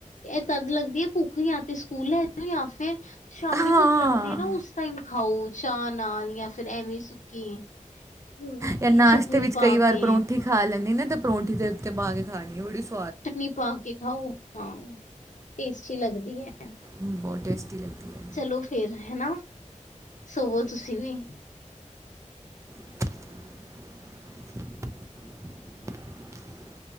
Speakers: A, on the left (about 70°); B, on the right (about 25°).
A: ਇਹ ਤਦ ਲੱਗਦੀ ਹੈ ਭੁੱਖ ਯਾ ਤੇ ਸਕੂਲ ਲੈ ਜਾਓ ਯਾ ਫੇਰ ਸ਼ਾਮੀ
B: ਹਾਂ
A: ਭੁੱਖ ਲੱਗਦੀ ਹੈ ਨਾ ਉਸ ਟਾਈਮ ਖਾਓ ਚਾ ਨਾਲ ਯਾ ਫਿਰ ਐਵੇਂ ਸੁੱਕੀ। ਹੂੰ
B: ਯਾ
A: ਇਹ
B: ਨਾਸ਼ਤੇ
A: ਚਟਨੀ
B: ਵਿੱਚ
A: ਪਾ
B: ਕਈ ਵਾਰ
A: ਕੇ
B: ਪਰੌਂਠੀ ਖਾ ਲੈਂਣੀ ਨਾ ਤੇ ਪਰੌਠੀ ਦੇ ਉੱਤੇ ਪਾ ਕੇ ਖਾਣੀ ਬੜੀ ਸ
A: ਟਨੀ ਪਾ ਕੇ ਖਾਓ ਹਾਂ ਟੇਸਟੀ ਲੱਗਦੀ ਹੈ।
B: ਬਹੁਤ ਟੇਸਟੀ ਲਗਦੀ ਹੈ।
A: ਚਲੋ ਫੇਰ ਹਨਾ ਸੋਵੋ ਤੁਸੀਂ ਵੀ।
B: <inaudible>